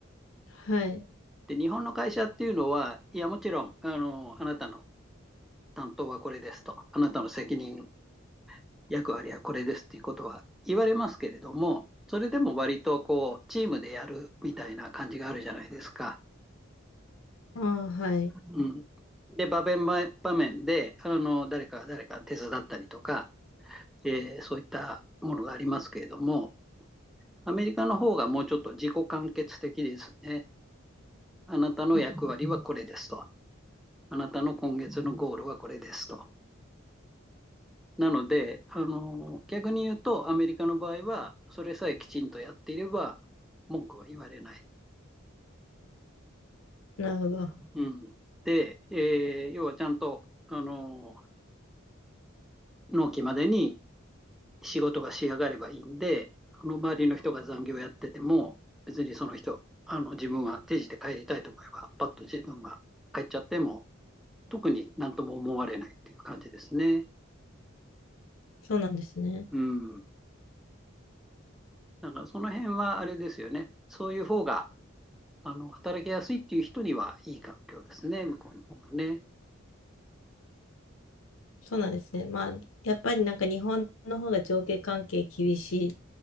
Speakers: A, on the left; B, in the centre.
A: はい。
B: で、日本の会社っていうのは、いや、もちろん、あの、あなたの担当はこれですと、あなたの責任、役割はこれですっていうことは言われますけれども、それでも割とこう、チームでやるみたいな感じがあるじゃないですか。
A: ああ、はい。
B: うん。で、場面場面で、あの、誰かが誰か手伝ったりとか、えーそういったものがありますけれども、アメリカの方がもうちょっと自己完結的ですね。あなたの役割はこれですと。
A: あ
B: あなたの今月のゴールはこれですと。なので、あの、逆に言うと、アメリカの場合は、それさえきちんとやっていれば、文句は言われない。
A: なるほど。
B: うん。で、えー要はちゃんと、あの、納期までに仕事が仕上がればいいんで、あの、周りの人が残業やってても、別にその人、あの、自分は定時で帰りたいと思えば、パッと自分が帰っちゃっても、特になんとも思われないっていう感じですね。
A: そうなんですね。
B: うん。だからその辺はあれですよね。そういう方が、あの、働きやすいっていう人にはいい環境ですね、向こうの方がね。
A: そうなんですね。まあ、やっぱりなんか日本の方が上下関係厳し